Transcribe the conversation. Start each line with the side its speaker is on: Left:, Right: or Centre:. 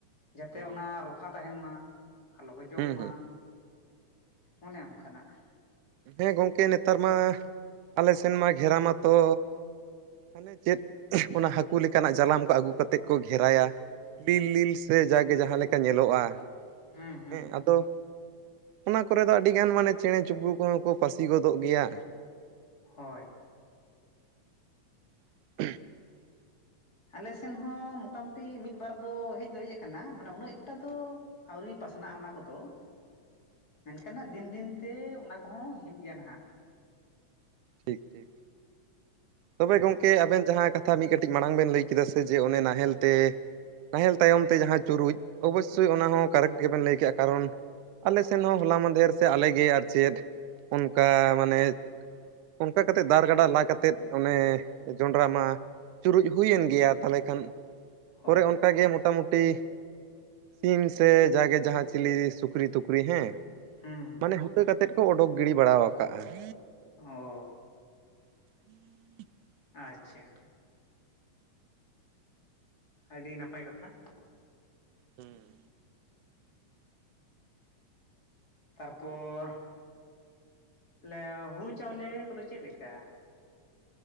Left: ᱡᱟᱛᱮ
Right: ᱚ
Left: ᱚᱱᱟ ᱨᱚᱯᱷᱟ ᱛᱟᱦᱮᱸᱱ ᱢᱟ ᱾ ᱟᱞᱚ ᱠᱚ ᱡᱚᱢ
Right: ᱦᱩᱸ
Left: ᱢᱟ
Right: ᱦᱩᱸ
Left: ᱚᱱᱮ ᱚᱱᱠᱟᱱᱟᱜ ᱾
Right: ᱦᱮᱸ ᱜᱚᱝᱠᱮ ᱱᱮᱛᱟᱨ ᱢᱟ ᱟᱞᱮ ᱥᱮᱱ ᱢᱟ ᱜᱷᱮᱨᱟ ᱢᱟᱛᱚ, ᱦᱟᱱᱮ ᱪᱮᱫ ᱚᱱᱟ ᱦᱟᱹᱠᱩ ᱞᱮᱠᱟᱱᱟᱜ ᱡᱟᱞᱟᱢ ᱠᱚ ᱟᱹᱜᱩ ᱠᱟᱛᱮᱜ ᱠᱚ ᱜᱷᱮᱨᱟᱭᱟ ᱾ ᱞᱤᱞ ᱞᱤᱞ ᱥᱮ ᱡᱟᱜᱮ ᱡᱟᱦᱟᱸ ᱞᱮᱠᱟ ᱧᱮᱞᱚᱜᱼᱟ ᱾
Left: ᱦᱩᱸ ᱦᱩᱸ
Right: ᱦᱮᱸ ᱟᱫᱚ ᱚᱱᱟ ᱠᱚᱨᱮ ᱫᱚ ᱟᱹᱰᱤ ᱜᱟᱱ ᱢᱟᱱᱮ ᱪᱮᱬᱮ ᱪᱩᱯᱨᱩ ᱩᱱᱠᱩ ᱦᱚᱸᱠᱚ ᱯᱟᱹᱥᱤ ᱜᱚᱫᱚᱜ ᱜᱮᱭᱟ ᱾
Left: ᱦᱚᱭ ᱾
Right: <unintelligible>
Left: ᱟᱞᱮ ᱥᱮᱱ ᱦᱚᱸ ᱢᱚᱴᱟᱢᱩᱴᱤ ᱢᱤᱫ ᱵᱟᱨ ᱫᱚ ᱦᱮᱡ ᱫᱚ ᱦᱮᱡ ᱟᱠᱟᱱᱟ ᱢᱟᱱᱮ ᱩᱱᱟᱹᱜ ᱮᱠᱴᱟ ᱫᱚ, ᱟᱹᱣᱨᱤ ᱯᱟᱥᱱᱟᱜᱼᱟ ᱚᱱᱟ ᱠᱚᱫᱚ ᱾ ᱢᱮᱱᱠᱷᱟᱱ ᱦᱟᱸᱜ ᱫᱤᱱ ᱫᱤᱱ ᱛᱮ ᱚᱱᱟ ᱠᱚᱦᱚᱸ ᱦᱤᱡᱩᱜ ᱜᱮᱭᱟ ᱱᱷᱟᱜ ᱾
Right: ᱴᱷᱤᱠ ᱴᱷᱤᱠ ᱛᱚᱵᱮ
Left: ᱦᱮᱸ
Right: ᱜᱚᱢᱠᱮ ᱟᱵᱮᱱ ᱡᱟᱦᱟᱸ ᱠᱟ ᱛᱷᱟ ᱢᱤᱫ ᱠᱟᱹᱴᱤᱡ ᱢᱟᱲᱟᱝ ᱵᱮᱱ ᱞᱟᱹᱭ ᱠᱮᱫᱟ ᱥᱮ ᱡᱮ ᱚᱱᱮ ᱱᱟᱦᱮᱞ ᱛᱮ ᱱᱟᱦᱮᱞ ᱛᱟᱭᱚᱢ ᱛᱮ ᱡᱟᱦᱟᱸ ᱪᱩᱨᱩᱡ, ᱚᱵᱚᱥᱚᱭ ᱚᱱᱟ ᱦᱚᱸ ᱠᱟᱨᱮᱠ ᱜᱮᱵᱮᱱ ᱞᱟᱹᱭ ᱠᱮᱜᱼᱟ ᱠᱟᱨᱚᱱ ᱟᱞᱮ ᱥᱮᱱ ᱦᱚᱸ ᱦᱚᱞᱟ ᱢᱟᱫᱷᱮᱨ ᱥᱮ ᱟᱞᱮᱜᱮ ᱟᱨ ᱪᱮᱫ, ᱚᱱᱠᱟ ᱢᱟᱱᱮ ᱚᱱᱠᱟ ᱠᱟᱛᱮᱫ ᱫᱟᱨ ᱜᱟᱰᱟ ᱞᱟ ᱠᱟᱛᱮᱫ ᱚᱱᱮ ᱡᱚᱸᱰᱨᱟ ᱢᱟ, ᱪᱩᱨᱩᱡ ᱦᱩᱭᱮᱱ ᱜᱮᱭᱟ ᱛᱟᱦᱚᱞᱮ ᱠᱷᱟᱱ
Left: ᱦᱳᱭ
Right: ᱯᱚᱨᱮ ᱚᱱ ᱠᱟᱜᱮ ᱢᱚᱴᱟᱢᱩᱴᱤ ᱥᱤᱢ ᱥᱮ ᱡᱟᱜᱮ ᱡᱟᱦᱟᱸ ᱪᱤᱞᱤ ᱥᱩᱠᱨᱤ ᱛᱩᱠᱨᱤ ᱦᱮᱸ,
Left: ᱦᱩᱸ
Right: ᱢᱟᱱᱮ ᱦᱩᱴᱟᱹ ᱠᱟᱛᱮᱫ ᱠᱚ ᱚᱰᱚᱠ ᱜᱤᱰᱤ ᱵᱟᱲᱟ ᱣᱟᱠᱟᱜᱼᱟ ᱾
Left: ᱦᱚᱸᱻ
Right: <inaudible>
Left: ᱟᱪᱪᱷᱟ ᱾ ᱟᱹᱰᱤ ᱱᱟᱯᱟᱭ ᱠᱟᱛᱷᱟ ᱾
Right: ᱦᱩᱸᱻ
Left: ᱛᱟᱨᱯᱚᱨ ᱛᱟᱦᱚᱞᱮ ᱦᱳᱲᱳ ᱪᱟᱣᱞᱮ ᱠᱚᱫᱚ ᱪᱮᱫ ᱞᱮᱠᱟ